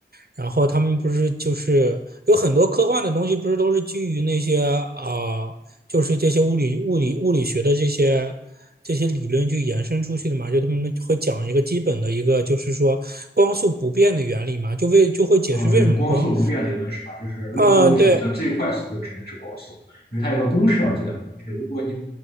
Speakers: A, on the right; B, on the left.
A: 然后他们不是就是有很多科幻的东西，不是都是基于那些啊、就是这些物理物理物理学的这些这些理论去延伸出去的嘛？就他们会讲一个基本的一个，就是说光速不变的原理嘛，就为就会解释为什么光，
B: 啊，对，光速不变理论是吧？就是任何物体的最快速度只能是光速，
A: 嗯、对，
B: 因为它有个公式啊我记得好像是，如果你